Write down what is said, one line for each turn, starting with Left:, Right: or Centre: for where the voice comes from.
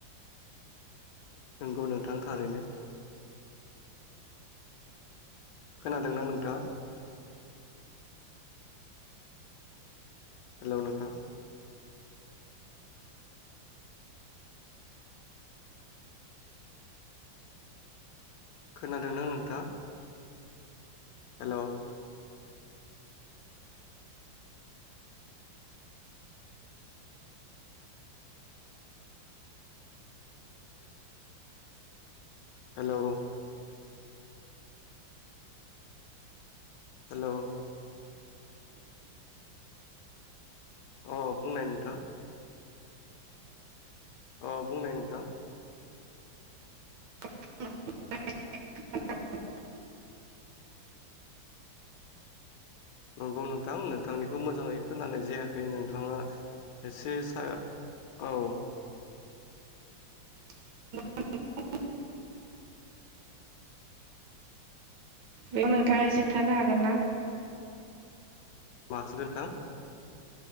Left: नंगौ नोंथां थारैनो खोनादों ना नोंथाङा? हेल' नोंथां खोनादों ना नोंथा हेलौ हेलौ हेलौ अ बुंनाय नोंथां अ बुंनाय नोंथां
Right: <unintelligible>
Left: नंगौ नोंथां नोंथांनिखौ मोजांङै खोनानाय जायाखै नोंथांङा एसे स औ
Right: <unintelligible> बेखौ नोंथांङा एसे थानो हागोन ना?
Left: माखौ <unintelligible> नोंथां